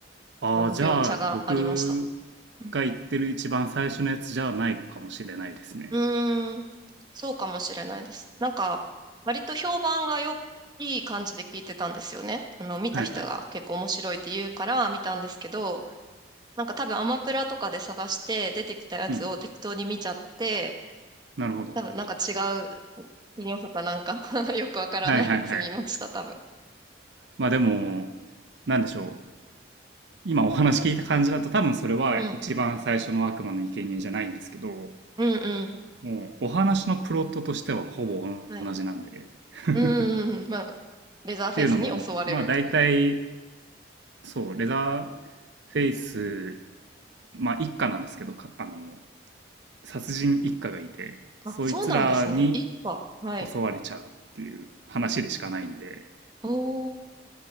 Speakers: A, on the right; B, on the right.
A: ああ、
B: あの、
A: じゃあ、
B: 描写がありました。
A: 僕
B: うん
A: が言ってる一番最初のやつじゃないかもしれないですね。
B: うーん、そうかもしれないです。なんか、割と評判がよ、いい感じで聞いてたんですよね。あの、見た人が結構面白いって言うから見たんですけど、
A: はいはい。
B: なんか多分アマプラとかで探して出てきたやつを適当に見ちゃって、
A: うん。なるほど。
B: 多分なんか違う、金曜日かなんか <laughs> よくわからないやつ見ました、
A: はいはいはい。
B: 多分。
A: まあでも、なんでしょう。今お話聞いた感じだと多分それは一番最初の悪魔の生贄じゃないんですけど、
B: うん。うんうん。
A: もうお話のプロットとしてはほぼ同じなんで。
B: はい。
A: <laughs>
B: うんうんうん。まあ、レザーフェイスに襲われるという。
A: っていうのも、まあ大体、そう、レザーフェイス、まあ一家なんですけど、かあの、殺人一家がいて、そいつらに
B: あ、そうなんですね。一話。はい。
A: 襲われちゃうっていう話でしかないんで、
B: おー。